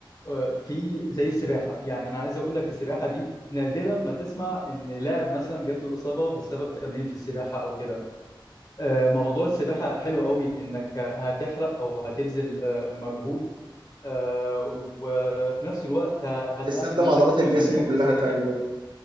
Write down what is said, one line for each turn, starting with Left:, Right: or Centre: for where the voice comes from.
Left: آه، في زي السباحه يعني انا عايز اقول لك السباحه دي نادرا ما تسمع ان لاعب مثلا جات له اصابه بسبب تمرين في السباحه او كده آه، موضوع السباحه حلو قوي انك هتحرق او هتبذل آه، مجهود آه، وفي نفس الوقت ه- هتأمن
Right: بتستخدم
Left: نفسك
Right: عضلات
Left: خصوصا
Right: الجسم
Left: انك
Right: كلها
Left: لسه
Right: تقريبا
Left: راجع